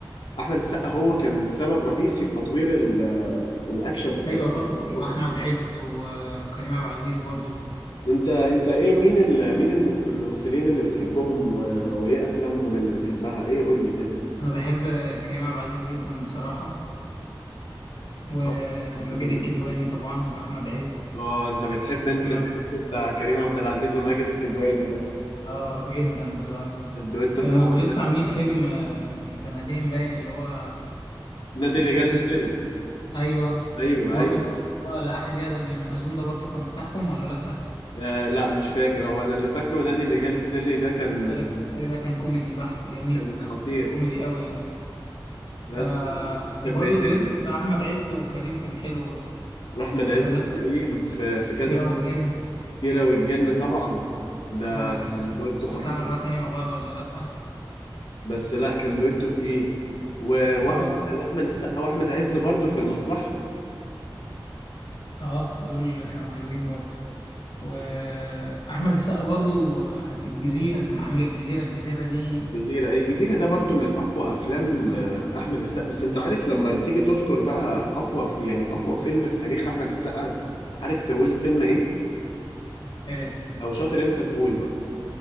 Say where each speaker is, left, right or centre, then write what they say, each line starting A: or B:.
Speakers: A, on the left (about 70°); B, on the left (about 85°).
A: احمد السقا هو كان سبب رئيسي في تطوير ال- آه، الاكشن في
B: أيوة برضه وأحمد
A: <laughs>
B: عز و- وكريم عبد العزيز برضه
A: انت انت ايه مين ال... مين المف- الممثلين اللي بتحبهم و... وايه افلامهم اللي بتحبها ايه قول لي كده
B: أنا بحب كريم عبد العزيز جدا بصراحة وماجد
A: تحفة، بحبه
B: الكدواني
A: جدا
B: طبعا واحمد عز
A: اه انت بتحب انت
B: محمد
A: الدويتو بتاع كريم عبد العزيز وماجد الكدواني ده
B: اه جدا بصراحه
A: الدويتو
B: كانوا
A: بتاعهم
B: لسه
A: ده كان
B: عاملين فيلم
A: خطير.
B: آه، من سنتين باين اللي هو
A: نادي
B: مش
A: الرجال
B: فاكر
A: السري
B: اسمه ايوه
A: ايوه
B: وبرضه
A: ايوه
B: كان هو لا احد يذهب للمأذون ده برضه كان بتاعهم ولا لا
A: آه لا مش فاكر هو انا اللي فاكره نادي الرجال السري ده كان
B: بدر الجسري ده كان كوميدي بحت جميل
A: كان
B: بصراحه
A: خطير
B: كان كوميدي قوي يعني
A: بس
B: ف
A: بتحب
B: وبرضه
A: ايه
B: الدويتو
A: تاني؟
B: بتاع احمد عز وكريم كان حلو برضه
A: لأحمد
B: في
A: عز
B: كذا
A: وكريم
B: فيلم
A: في في كذا
B: كيرة
A: فيلم
B: والجن
A: كيرة والجن طبعا ده
B: ومش
A: كان دويتو خطير
B: فاكر عملوا حاجه تانية مع بعض ولا لا
A: بس لا كان دويتو تقيل و- واحمد
B: اه كان
A: واحمد
B: حلو
A: السقا
B: بصراحه
A: واحمد عز برضو في المصلحة
B: اه دول كانوا حلوين برضه واحمد السقا برضو آه، الجزيره كان عامل الجزيره الجزيره دي
A: الجزيرة الجزيرة ده برضو من أقوى أفلام آه، أحمد السقا بس أنت عارف لما تيجي تذكر بقى أقوى ف- يعني أقوى فيلم في تاريخ أحمد السقا عارف تقول فيلم إيه؟
B: آه،
A: لو شاطر أنت تقول بقى